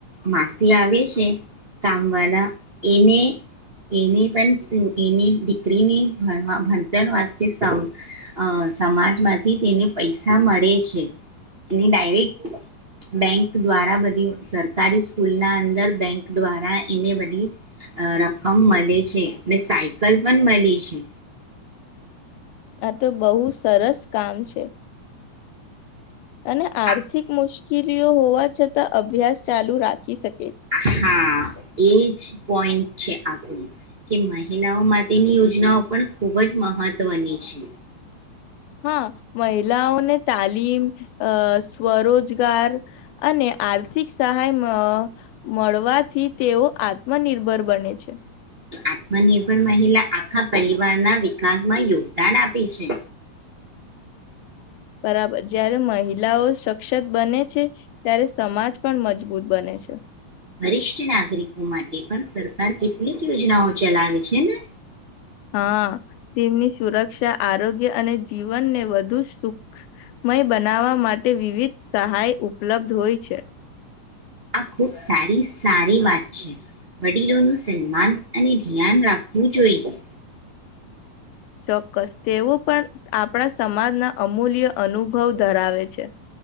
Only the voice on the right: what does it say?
માસી આવે છે કામ વાલા, એને એની પન <unintelligible> એની દીકરીની ભણવા ભણતર વાસ્તે સ અ સમાજમાંથી તેને પૈ સા મળે છે, એની ડાયરેક્ટ બેંક દ્વારા બધી સરકારી સ્કૂલ ના અંદર બેંક દ્વારા એને બધી અ રકમ મલે છે અને સાયકલ પન મલી છે.
આ
આહા. એ જ પોઈન્ટ છે, આપણો કે મહિલાઓ માટેની યોજનાઓ પણ ખૂબ જ મહત્વની છે.
આત્મનિર્ભર મહિલા આખા પરિવારના વિકાસમાં યોગદાન આપે છે.
વરિષ્ઠ નાગરિકો માટે પણ સરકાર કેટલીક યોજનાઓ ચલાવે છે ને?
આ ખૂબ સારી સારી વાત છે. વડીલોનું સન્માન અને ધ્યાન રાખવું જોઈએ.